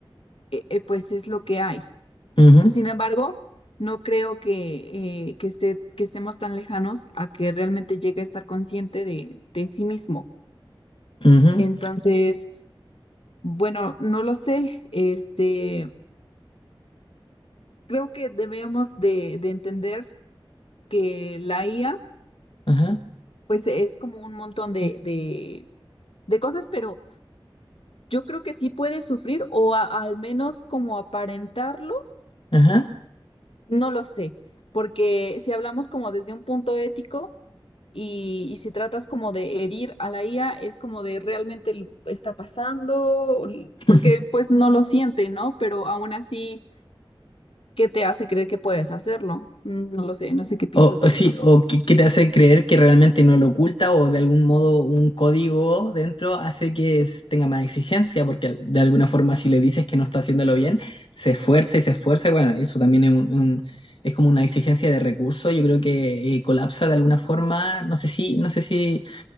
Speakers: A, on the left (about 80°); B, on the left (about 65°).
A: eh, eh, pues es lo que hay.
B: ujú,
A: Sin embargo, no creo que, eh, que esté, que estemos tan lejanos a que realmente llegue a estar consciente de, de sí mismo.
B: ujú,
A: Entonces, bueno, no lo sé. Este, creo que debemos de, de entender que la IA,
B: ajá,
A: pues es como un montón de, de, de cosas, pero yo creo que sí puede sufrir o a- al menos como aparentarlo,
B: ajá.
A: no lo sé. Porque si hablamos como desde un punto ético, Y, y si tratas como de herir a la IA, es como de realmente l- está pasando, l-
B: <laughs>
A: porque pues no lo siente, ¿no? Pero aún así, ¿qué te hace creer que puedes hacerlo? Mm, No lo sé, no sé qué piensas
B: O, o
A: de
B: sí,
A: eso.
B: o que, que te hace creer que realmente no lo oculta o de algún modo un código dentro hace que es- tenga más exigencia, porque al- de alguna forma si le dices que no está haciéndolo bien, se esfuerza y se esfuerza, y bueno, eso también es, un- un- es como una exigencia de recursos, yo creo que eh, colapsa de alguna forma, no sé si, no sé si